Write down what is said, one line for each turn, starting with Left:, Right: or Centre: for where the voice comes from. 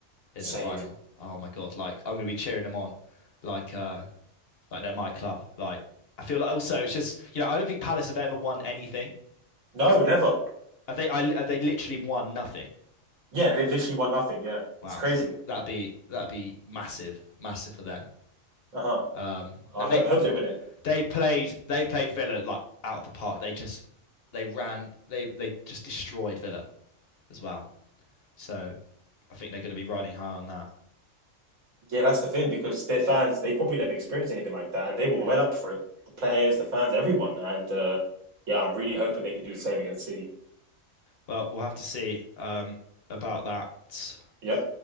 Left: in
Right: same.
Left: the final. Oh my God, like I'm gonna be cheering them on, like uh, like they're my club. Like I feel like also it's just you know I don't think Palace have ever won anything.
Right: No, never.
Left: Have they? I, have they literally won nothing?
Right: Yeah, they've literally won nothing. Yeah,
Left: Wow,
Right: it's crazy.
Left: so that'd be that'd be massive, massive for them.
Right: Uh huh.
Left: Um,
Right: I
Left: and
Right: ho-
Left: they
Right: I hope they win it.
Left: they played they played Villa like out of the park. They just they ran they they just destroyed Villa as well. So I think they're going to be riding high on that.
Right: Yeah, that's the thing because their fans, they probably never experienced anything like that, and they were well up for it. The players, the fans, everyone, and uh, yeah, I'm really hoping they can do the same against City.
Left: Well, we'll have to see um, about that
Right: Yeah.